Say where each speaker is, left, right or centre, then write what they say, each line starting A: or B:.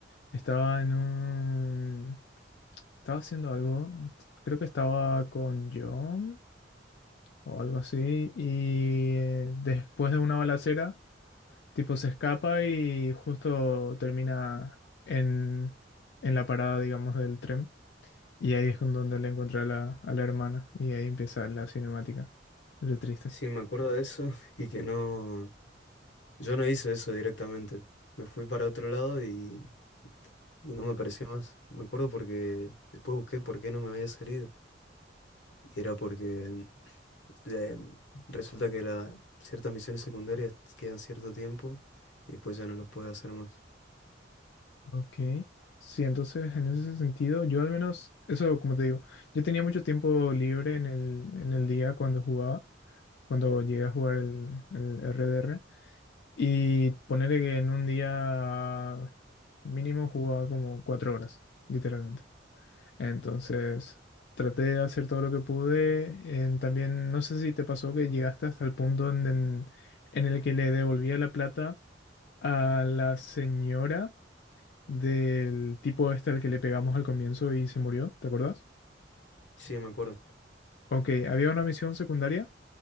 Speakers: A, on the left; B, on the left.
A: estaba en un... Estaba haciendo algo, creo que estaba con John o algo así, y eh, después de una balacera... Tipo, se escapa y justo termina en, en la parada, digamos, del tren. Y ahí es con donde le encuentra a la, a la hermana. Y ahí empieza la cinemática. Re triste.
B: Sí, me acuerdo de eso <laughs> y que no, yo no hice eso directamente. Me fui para otro lado y, y no me apareció más. Me acuerdo porque después busqué por qué no me había salido. Y era porque <sniffs> eh, resulta que la, ciertas misiones secundarias quedan cierto tiempo y después ya no los puedes hacer más.
A: Ok. Sí, entonces en ese sentido, yo al menos, eso como te digo, yo tenía mucho tiempo libre en el, en el día cuando jugaba, cuando llegué a jugar el, el RDR. Y ponerle que en un día mínimo jugaba como cuatro horas, literalmente. Entonces, traté de hacer todo lo que pude. En- también, no sé si te pasó que llegaste hasta el punto en, en- en el que le devolvía la plata a la señora del tipo este al que le pegamos al comienzo y se murió, ¿te acordás?
B: Sí, me acuerdo.
A: Ok, había una misión secundaria